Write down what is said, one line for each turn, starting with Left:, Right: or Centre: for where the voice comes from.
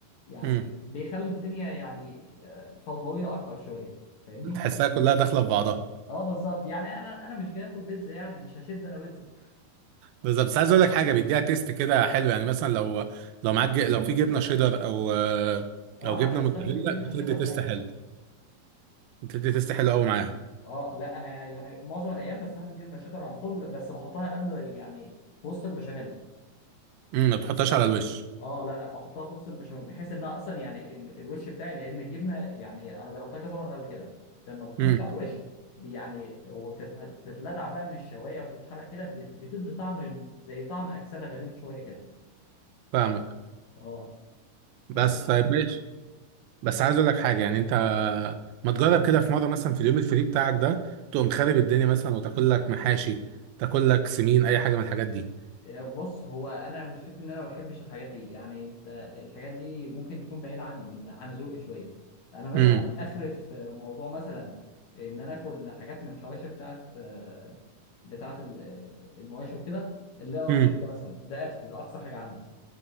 Left: يعني
Right: امم
Left: بيخلي الدنيا يعني آه، فوضويه اكتر شويه فاهمني
Right: تحسها كلها داخله في بعضها
Left: اه بالظبط يعني انا انا مش جاي اكل بيتزا يعني مش هشد انا بيتزا
Right: بالظبط بس عايز اقول لك حاجه بيديها تيست كده حلو يعني مثلا لو لو معاك ج- لو في جبنه شيدر او آه،
Left: اه
Right: او جبنه
Left: انا بستخدم
Right: موتزاريلا
Left: الجبنه
Right: بتدي
Left: الشيدر
Right: تيست
Left: فعلا
Right: حلو بتدي تيست حلو قوي معاها
Left: اه لا انا يعني معظم الايام بستخدم جبنه الشيدر على طول بس بحطها قبل يعني في وسط البشاميل
Right: امم ما بتحطهاش على الوش
Left: اه لا لا بحطها في وسط البشاميل بحيث انها اصلا يعني ال... الوش بتاعي لان الجبنه يعني انا جربتها كذا مره قبل كده لما بتخش
Right: امم
Left: على الوش بي- يعني وتتلدع بقى من الشوايه وتتحرق كده بت- بتدي طعم زي طعم اكسده غريب شويه كده
Right: فاهمك
Left: اه
Right: بس
Left: بس
Right: طيب ماشي بس عايز اقول لك حاجه يعني انت ما تجرب كده في مره مثلا في اليوم الفري بتاعك ده تقوم خارب الدنيا مثلا وتاكل لك محاشي تاكل لك سمين اي حاجه من الحاجات دي
Left: آه، بص هو انا مشكلتي ان انا ما بحبش الحاجات دي يعني انت الحاجات دي ممكن تكون بعيده عن عن ذوقي شويه انا مثلا
Right: امم
Left: اخر في موضوع مثلا ان انا اكل حاجات من الحواشي بتاعت آه، بتاعت ال- آه، المواشي وكده اللي هو
Right: امم
Left: الكبده مثلا ده اخر ده اقصى حاجه عندي